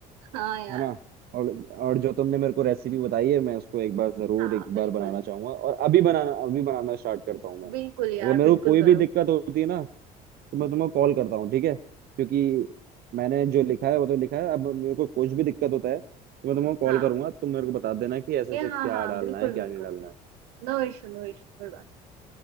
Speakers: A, on the right; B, on the right.
A: हाँ यार
B: है ना और और जो तुमने मेरे को रेसिपी बताई है मैं उसको एक बार जरूर
A: हाँ
B: एक
A: बिल्कुल
B: बार बनाना चाहूंगा और अभी बनाना अभी बनाना स्टार्ट करता हूँ मैं
A: बिल्कुल यार
B: अगर मेरे
A: बिल्कुल
B: को कोई भी
A: करो
B: दिक्कत होती है ना तो मैं तुम्हें कॉल करता हूँ ठीक है क्योंकि मैंने जो लिखा है वो तो लिखा है अब मेरे को कुछ भी दिक्कत होता है तो मैं तुम्हें कॉल
A: हाँ
B: करूंगा तुम मेरे को बता देना कि ऐसे
A: ये
B: ऐसे क्या
A: हाँ हाँ
B: डालना
A: बिल्कुल
B: है क्या
A: बिल्कुल
B: नहीं डालना है
A: नो इशू नो इशू कोई बात